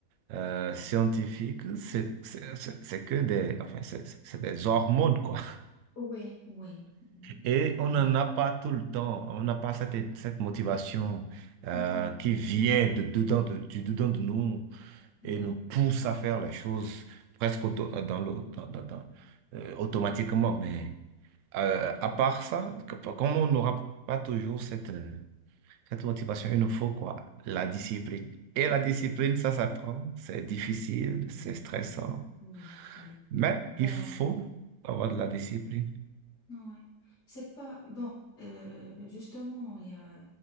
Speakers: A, on the right (about 65°); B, on the left (about 80°).
A: euh, scientifiques, c'est c'est- c'est- c'est que des, enfin, c'est c'est des hormones, quoi.
B: oui, oui.
A: Et on
B: Ah,
A: n'en a pas tout le temps, on n'a pas cette, cette motivation euh,
B: ouais,
A: qui vient de dedans de- du dedans de nous
B: ouais,
A: et nous pousse à faire les choses presque auto- euh, dans le- dans- dans- dans- euh, automatiquement. Mais euh, à part ça, que- comme on n'aura pas toujours cette, euh, cette motivation, il nous faut quoi? La
B: ouais.
A: discipline. Et
B: Exactement.
A: la discipline, ça s'apprend, c'est difficile, c'est
B: Oui,
A: stressant,
B: oui, oui. oui.
A: mais
B: Ben,
A: il faut avoir de la discipline.
B: ouais. C'est pas... Bon, euh, justement, il y a,